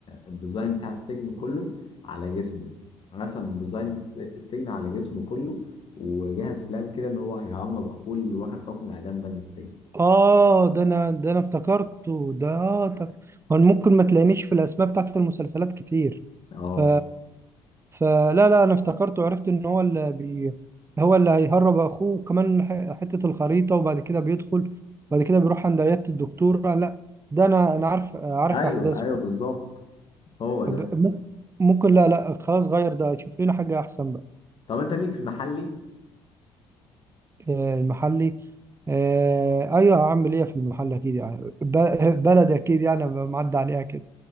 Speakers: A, on the left; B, on the right.
A: الديزاين بتاع السجن كله على جسمه رسم ديزاين الس- السجن على جسمه كله وجهز بلان كده إن هو هيهرب أخوه اللي واخد حكم الإعدام ده من السجن
B: اه ده انا ده انا افتكرته ده آه طب هو ممكن ما تلاقينيش في الاسماء بتاعت المسلسلات كتير
A: اه
B: ف فلا لا انا افتكرته عرفت ان هو اللي بي... هو اللي هيهرب اخوه وكمان ح- حتة الخريطة وبعد كده بيدخل وبعد كده بيروح عند عيادة الدكتور آه لا ده انا انا عارف عارف
A: أيوه
B: احداثه
A: أيوه بالظبط هو ده
B: طب ممكن ممكن لا لا خلاص غير ده شوف لنا حاجة احسن بقى
A: طب أنت ليك في المحلي
B: آه، المحلي آه، ايوه هعمل ايه في المحل اكيد يعني ب- بلد اكيد يعني معدي عليها كده